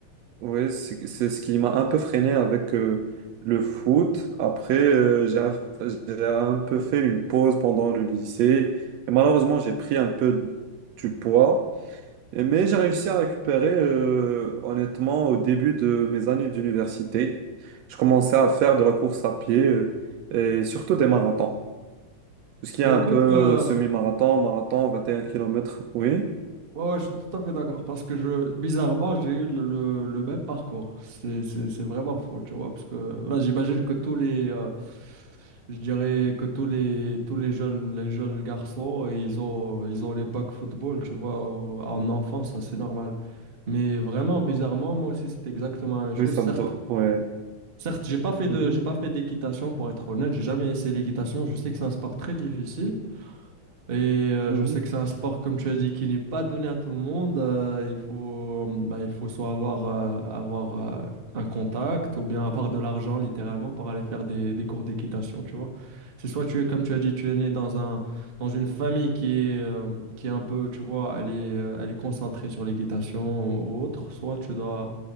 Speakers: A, on the right (about 75°); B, on the right (about 40°).
A: Oui, c'est c'est ce qui m'a un peu freiné avec euh, le foot. Après, euh, j'ai j'ai un peu fait une pause pendant le lycée. Et malheureusement, j'ai pris un peu du poids. Et- Mais j'ai réussi à récupérer, euh, honnêtement, au début de mes années d'université. Je commençais à faire de la course à pied, euh, et surtout des marathons. Tout ce qui
B: Bah,
A: est un
B: écoute,
A: peu
B: euh,
A: semi-marathon, marathon, 21 kilomètres. Oui,
B: ouais, ouais, je suis tout à fait d'accord. Parce que je, bizarrement, j'ai eu le, le, le même parcours. C'est, c'est, c'est vraiment faux, tu vois. Parce que là, j'imagine que tous les, euh, je dirais que tous les, tous les jeunes, les jeunes garçons, ils ont, ils ont l'époque football, tu vois, au- en enfance, ça, c'est normal. Mais vraiment, bizarrement, moi aussi, c'est exactement la même chose.
A: oui, ça
B: Certes,
A: me... do- Ouais.
B: Certes, j'ai pas fait
A: Mhm,
B: de, j'ai pas fait d'équitation pour être honnête, j'ai jamais essayé l'équitation, je sais que c'est un sport très difficile, et euh,
A: mhm.
B: je sais que c'est un sport, comme tu as dit, qui n'est pas donné à tout le monde. Euh, il faut, euh, bah, il faut soit avoir, euh, avoir euh, un contact ou bien avoir de l'argent littéralement pour aller faire des, des cours d'équitation, tu vois. C'est soit tu es, comme tu as dit, tu es né dans un, dans une famille qui est, euh, qui est un peu, tu vois, elle est, euh, elle est concentrée sur l'équitation ou autre, soit tu dois,